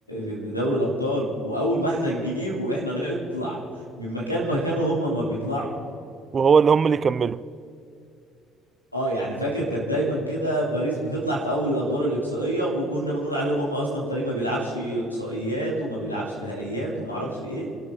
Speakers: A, on the left; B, on the right.
A: ال- دوري الابطال واول ما احنا نجيبه احنا نطلع من مكان مكانه هم ما بيطلعوا
B: وهو اللي هم اللي كملوا
A: اه يعني فاكر كان دايما كده باريس بتطلع في اول الادوار الاقصائيه وكنا بنقول عليهم هم اصلا فريق ما بيلعبش اقصائيات وما بيلعبش نهائيات وما اعرفش ايه